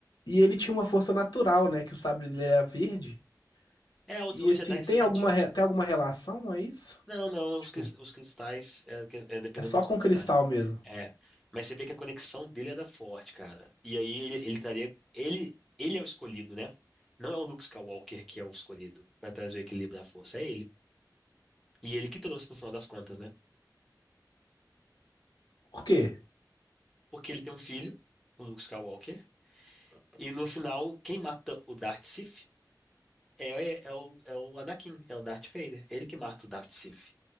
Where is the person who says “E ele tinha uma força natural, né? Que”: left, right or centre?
Left